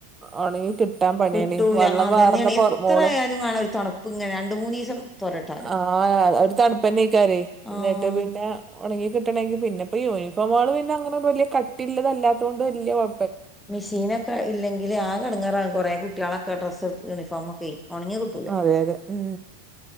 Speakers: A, on the right; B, in the centre.
A: ഒണങ്ങി കിട്ടാൻ പണിയാണ്
B: കിട്ടൂല
A: വെള്ളം
B: അതന്നെയാണ്
A: വാർന്നപോ
B: എത്ര
A: മോൾ
B: ആയാലും കാണാ ഒരു തണുപ്പ് ഇങ്ങനെ രണ്ട് മൂന്ന് ദിവസം തോരട്ടാലും
A: ആഹ ഒരു തണുപ്പന്നെകാരം
B: ആഹ്
A: എന്നിട്ട് പിന്നെ. ഉണങ്ങി കിട്ടണങ്കിൽ പിന്നെ ഇപ്പ യൂണിഫോമുകൾ പിന്നെ അങ്ങനെ വലിയ കട്ടിള്ളത് അല്ലാത്തോണ്ട് വലിയ കൊയ
B: മെഷീനൊക്കെ ഇല്ലെങ്കിൽ ആകെ ഇടങ്ങേറാവു കുറെ കുട്ട്യാളെക്കെ ഡ്രസ്സ് യൂണിഫോമൊക്കെ ഒണങ്ങി കിട്ടൂലാ
A: അതെ അതെ ഉ